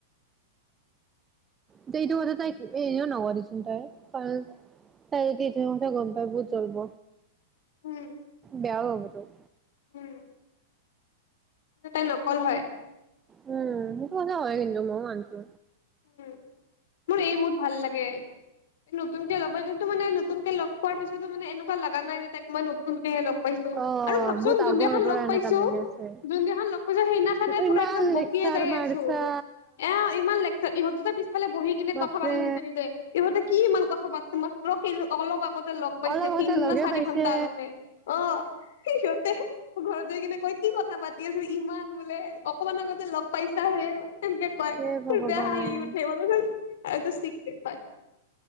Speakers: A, on the right (about 20°); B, on the left (about 65°).
A: দে এইটো কথা তাইক এনেও নকও দিচোন তাই কাৰণ তাই যে এইটো কথা গম পাই বহুত জলব।
B: উম।
A: বেয়াও পাব তোক।
B: উম। তাই নকল হয়।
A: উম' সেইটো কথা হয় কিন্তু মইও মানচো।
B: উম। মোৰ এই বহুত ভাল লাগে। নতুনকে লগৰ যোনটো মানে নতুনকে লগ পোৱাৰ পিছতো মানে এনেকুৱা লগা নাই যে তাক মই নতুন সেয়ে লগ পাইছো
A: অ
B: আৰু ভাবচোন
A: বহুত
B: যোনদিনাখন
A: আগৰ পৰা
B: লগ
A: এনেকা
B: পাইছো
A: লাগি আছে
B: যোনদিনাখন লগ পাইছো সেইদিনাখনে
A: ইমান
B: পুৰা একদম বকিয়ে
A: লেকচাৰ
B: যায়ে
A: মাৰছা
B: আ এ ইমান লেকচা ইহঁত যে পিছফালে বহি কিনে
A: বাপৰে
B: কথা পাতে নিজে নিজে ইহঁতে কি মা কথা পাতচে মাত্ৰ অলপ আগত লগ পাইছে
A: অলপ আগতে
B: তিন
A: লগে
B: ন চাৰি
A: পাইছে
B: ঘন্টা আগতে অ' সিহঁতে। ঘৰত যায় কিনে কয় কি কথা পাতি আছিলো ইমান বোলে অকমান আগতে লগ পাইছি চা <unintelligible> তেনকে কয়
A: হে ভগৱান
B: মোৰ বেয়া হাঁহি উঠে <unintelligible> এইটো চিক্ৰেট বাট